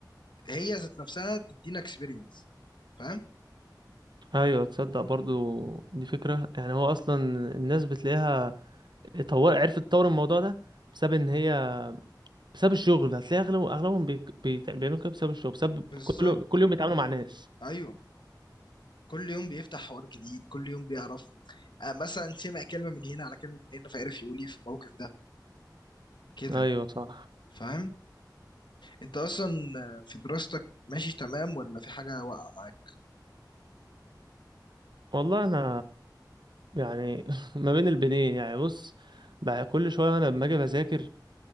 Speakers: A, on the left; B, on the right.
A: هي ذات نفسها تدينا اكسبيرينس فاهم
B: ايوه تصدق برضو دي فكره يعني هو اصلا الناس بتلاقيها طور عرفت تطور الموضوع ده بسبب ان هي بسبب الشغل هتلاقي اغلب اغلبهم بيك- بيت- بيعملوا كده بسبب الشغل بسبب
A: بالظبط
B: كل كل يوم بيتعاملوا مع ناس
A: ايوه كل يوم بيفتح حوار جديد كل يوم بيعرف آه، مثلا سمع كلمة من هنا على كلمة من هنا فعرف يقول ايه في الموقف ده كده
B: ايوه صح
A: فاهم انت اصلا آه، في دراستك ماشي تمام ولا في حاجة واقعة معاك
B: والله انا يعني <laughs> ما بين البنين يعني بص بقى كل شويه انا لما اجي بذاكر